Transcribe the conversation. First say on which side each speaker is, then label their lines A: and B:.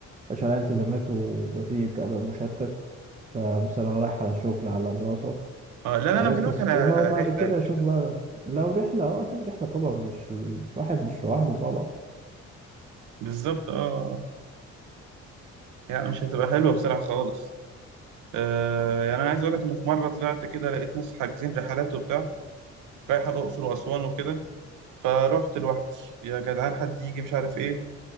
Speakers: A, on the right; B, on the right.
A: عشان عليها التزامات ويبقى فيه كأبقى مشتت فمثلا رايح على شغل على دراسة
B: اه لا لا
A: اركز
B: أنا بكلمك على
A: فيها وبعد
B: رحلة
A: كده
B: يا باشا
A: اشوف بقى لو رحلة اه اكيد رحلة طبعا مش ال- الواحد مش لوحده طبعا
B: بالظبط اه آه. يعني مش هتبقى حلوة بصراحة خالص آه يعني أنا عايز أقول لك إن في مرة طلعت كده لقيت ناس حاجزين رحلات وبتاع رايحة الأقصر وأسوان وكده فرحت لوحدي يا جدعان حد يجي مش عارف إيه